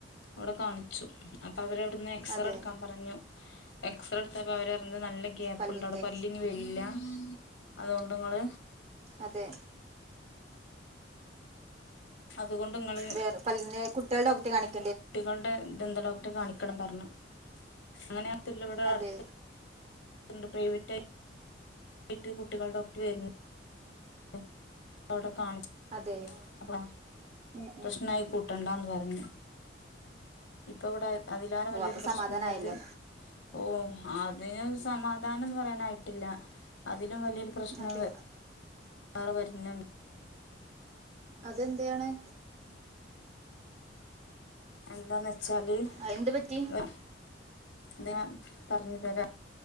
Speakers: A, on the left; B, on the right.
A: അവിടെ കാണിച്ചു അപ്പൊ അവരൗട്ന്ന് എക്സറെട്ക്കാൻ
B: അവിടെ പല്ല് ഡോക്ടർ വരുന്നുണ്ട് അവിടെ
A: പറഞ്ഞു എക്സറെട്ത്തപ്പം അവരർഞ്ഞിത് നല്ല ഗ്യപ്പ്ണ്ടവ്ടെ
B: പല്ലിന്റെ
A: പല്ല് ഇഞ് വെരില്ല അതുകൊണ്ട്ങ്ങള്
B: അതെ
A: അതുകൊണ്ട് നിങ്ങള്
B: വേറെ പല്ലിനെ കുട്ടിയെളെ ഡോക്ടെ കാണിക്കെ?
A: കുട്ടികൾടെ ദന്ത ഡോക്ട്ടെ കാണിക്കണം പറഞ്ഞു അങ്ങനെ അട്ത്ത് ഇവടട്ത്ത്
B: അതെ
A: ണ്ട് പ്രൈവറ്റായി ട്ട് കുട്ടികൾ ഡോക്ടർ വെര്ന്ണ്ട് അവ്ടെ കാണിക്ക
B: അതെയോ
A: അപ്പ
B: ഉം
A: പ്രശ്നായി
B: ഉം
A: കൂട്ടെണ്ടാന്ന് പർഞ് ഇപ്പൊവെടെ അതിലേറെ
B: ഓ
A: വല്ല്യൊരു
B: അപ്പൊ
A: പ്രശ്നെള്ളത്
B: സമാധാനായല്ലോ
A: ഓ അതിന് സമാധാനംന്ന് പറയാനായിട്ടില്ല അതിലും വലിയൊരു പ്രശ്നം
B: അതെ
A: വേറെ വര്ന്ണ്ട്
B: അതെന്തെയാണ്?
A: എന്താന്നെച്ചാല്
B: അയെന്ത് പറ്റി?
A: അ അത് ഞാൻ പറഞ്ഞു തരാം